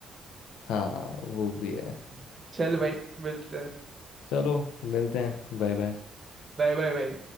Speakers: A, on the left; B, on the right.
A: हाँ वो भी है
B: <laughs> चल भाई मिलते हैं
A: चलो मिलते हैं बाय बाय
B: Bye bye bye